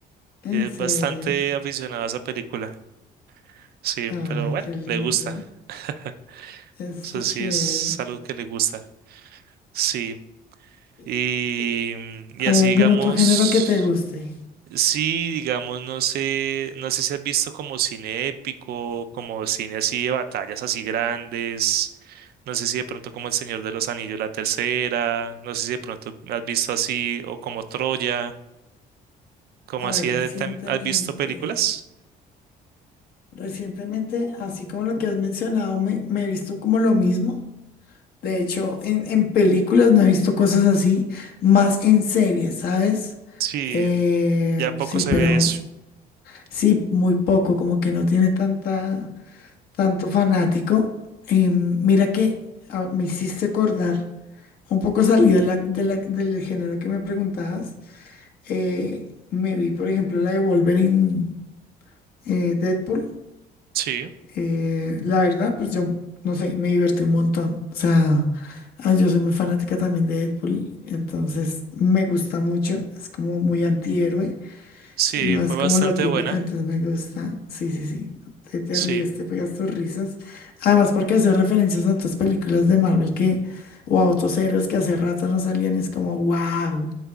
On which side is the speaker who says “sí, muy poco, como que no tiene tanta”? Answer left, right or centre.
Left